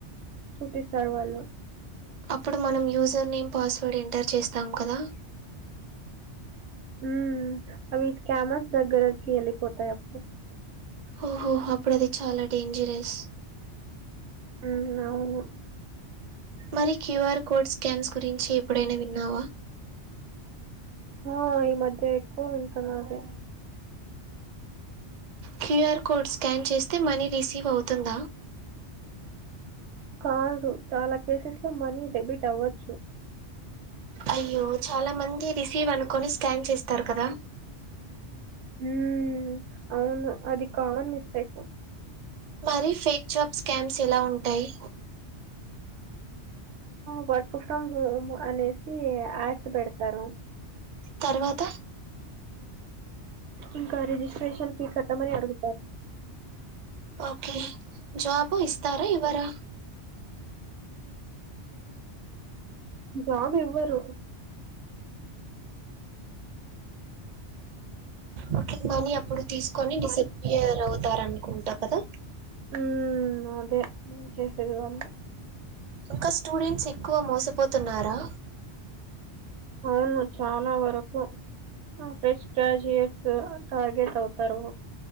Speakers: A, on the right; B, on the right.
A: చూపిస్తారు వాళ్ళు
B: అప్పుడు మనం యూజర్ నేమ్ పాస్వర్డ్ ఎంటర్ చేస్తాం కదా
A: ఉహ్ అవి స్కామర్స్ దగ్గరకి వెళ్ళిపోతాయి అప్పుడు
B: ఓహో ఓహో అప్పుడు అది చాలా డేంజరస్
A: ఉ హు అవును
B: మరి క్యూఆర్ కోడ్ స్కాన్స్ గురించి ఎప్పుడైనా విన్నావా
A: ఆ ఈ మధ్య ఎక్కువ వింటున్న అది
B: క్యూఆర్ కోడ్ స్కాన్ చేస్తే మనీ రిసీవ్ అవుతుందా
A: కాదు చాలా కేసెస్ లో మనీ డెబిట్ అవ్వచ్చు
B: అయ్యో చాలా మంది రిసీవ్ అనుకొని స్కాన్ చేస్తారు కదా
A: హు అవును అది కామన్ మిస్టేక్
B: మరి ఫేక్ జాబ్ స్కామ్స్ ఎలా ఉంటాయి
A: వర్క్ ఫర్ హోమ్ అనేసి యాడ్స్ పెడతారు
B: తర్వాత
A: ఇంకా రిజిస్ట్రేషన్ ఫీ కట్టమని అడుగుతారు
B: ఓకే జాబు ఇస్తారా ఇవరా
A: జాబ్ ఇవ్వరు
B: ఓకే మనీ అప్పుడు తీసుకొని డిసిపియర్ అవుతార అనుకుంటా కదా
A: ఉ అదే నేను చేసేది కూడా అదే
B: ఇంకా స్టూడెంట్స్ ఎక్కువ మోసపోతున్నారా
A: అవును చాలా వరకు ఫ్రెష్ గ్రాజుయేట్స్ టార్గెట్ అవుతారు